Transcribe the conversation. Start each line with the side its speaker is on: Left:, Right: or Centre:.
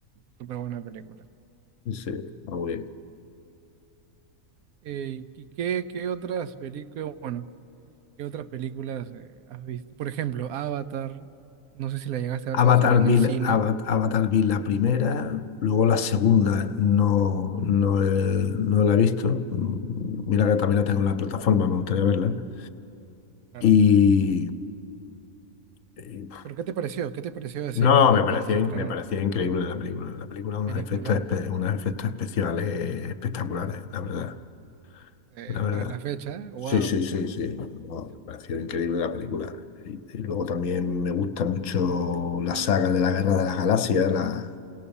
Right: Súper buena película.
Left: sí, está muy bien.
Right: Eh, ¿y qué, qué otras películas? Bueno. ¿Qué otras películas eh, has visto? Por ejemplo, Avatar. No sé si la llegaste a ver
Left: Avatar
Right: cuando salió en
Left: vi,
Right: el
Left: la-
Right: cine.
Left: Ava- Avatar vi la primera, luego la segunda no, no, he- no la he visto. Mm, Mira que también la tengo en la plataforma, me gustaría verla.
Right: Claro.
Left: Y, y,
Right: Pero ¿qué te pareció? ¿Qué te pareció así
Left: no,
Right: cuando,
Left: me parecía,
Right: cuando se
Left: in-
Right: estrenó?
Left: me parecía increíble la película. La película unos
Right: Peliculón.
Left: efectos, espe- unos efectos especiales espectaculares, la verdad,
Right: Eh,
Left: la verdad.
Right: para la fecha, wow.
Left: Sí, sí, sí, sí. No, me pareció increíble la película. Y, y luego también me gusta mucho la saga de la Guerra de las Galaxias, la,